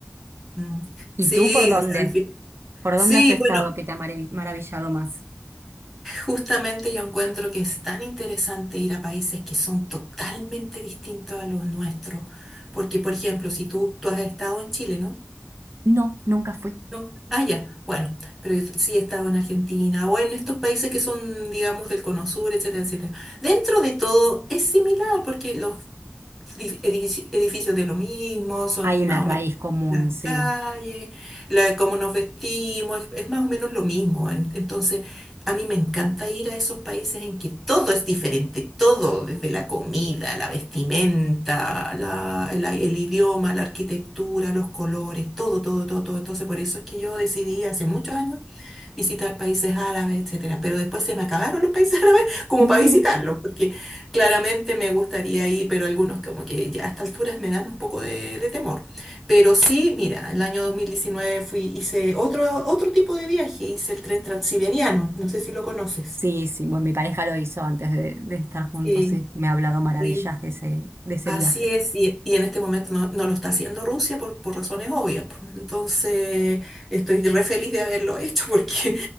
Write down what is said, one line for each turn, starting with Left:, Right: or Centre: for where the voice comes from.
Centre: mm.
Right: ¿Y
Centre: Sí,
Right: tú por dónde?
Centre: o sea, al fin-
Right: ¿Por
Centre: sí,
Right: dónde has estado
Centre: bueno,
Right: que te ha marav- maravillado más?
Centre: justamente yo encuentro que es tan interesante ir a países que son totalmente distintos a los nuestros, porque, por ejemplo, si tú, tú has estado en Chile, ¿no?
Right: No, nunca fui.
Centre: No. Ah, ya, bueno, pero yo sí he estado en Argentina o en estos países que son, digamos, del Cono Sur, etcétera, etcétera. Dentro de todo es similar, porque los dif- edifici- edificios de lo mismo, son
Right: Hay una
Centre: más o
Right: raíz
Centre: menos
Right: común,
Centre: las
Right: sí.
Centre: calles, la, cómo nos vestimos, es, es más o menos lo mismo. En- Entonces, a mí me encanta ir a esos países en que todo es diferente, todo, desde la comida, la vestimenta, la- el, el idioma, la arquitectura, los colores, todo, todo, todo, todo. Entonces, por eso es que yo decidí hace muchos años visitar países árabes, etcétera. Pero después se me acabaron los países <laughs> árabes como
Right: <laughs>
Centre: para visitarlos, porque claramente me gustaría ir, pero algunos como que ya a estas alturas me dan un poco de, de temor. Pero sí, mira, el año 2019 fui, hice otro, otro tipo de viaje, hice el tren transiberiano, no sé si lo conoces.
Right: Sí, sí, bueno, mi pareja lo hizo antes de, de estar juntos,
Centre: Sí.
Right: sí, me ha hablado maravillas
Centre: sí,
Right: de ese, de ese
Centre: Así
Right: viaje.
Centre: es, y, y en este momento no, no lo está haciendo Rusia por, por razones obvias. pues. Entonces, estoy re feliz de haberlo <laughs> hecho porque,